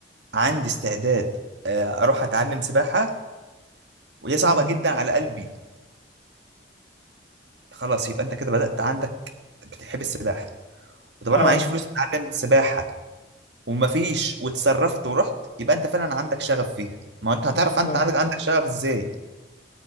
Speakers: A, on the right (about 75°); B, on the left (about 40°).
A: عندي استعداد آه، اروح اتعلم سباحه وهي صعبه
B: امم
A: جدا على قلبي خلاص يبقى انت كده بدات عندك بتحب السباحه طب انا
B: اه
A: معيش فلوس اتعلم سباحه ومفيش وتصرفت ورحت يبقى انت فعلا عندك شغف فيها ما هو انت هتعرف
B: بالظبط
A: انت عندك عندك شغف ازاي